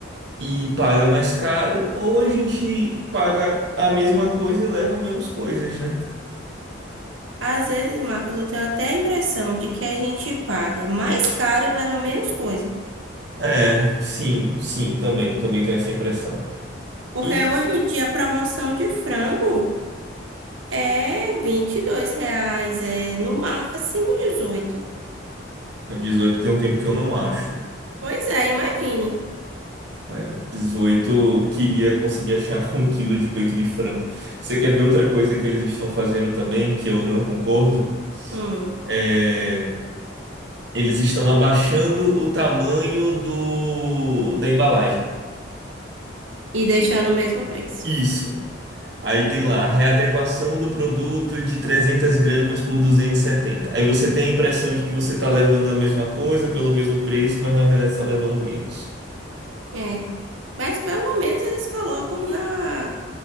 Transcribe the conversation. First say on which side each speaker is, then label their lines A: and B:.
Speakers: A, on the right (about 60°); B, on the right (about 80°).
A: e paga mais caro, ou a gente paga a mesma coisa e leva menos coisas, né?
B: Às vezes, Marcos, eu tenho até a impressão de que a gente paga mais caro e leva menos coisa.
A: É, sim, sim, também, também tenho essa impressão.
B: Porque
A: E
B: hoje em dia a promoção de frango é 22 reais, é no máximo 18.
A: o 18 tem um tempo que eu não acho.
B: Pois é, imagine.
A: É, 18 queria conseguir achar <laughs> um quilo de peito de frango. Você quer ver outra coisa que eles estão fazendo também, que eu não concordo?
B: Hum,
A: É, eles estão abaixando o tamanho do, da embalagem.
B: e deixando o mesmo preço.
A: Isso. Aí tem lá, readequação do produto de 300 gramas por 270. Aí você tem a impressão de que você está levando a mesma coisa pelo mesmo preço, mas na verdade está levando menos.
B: É. Mas pelo menos eles colocam na,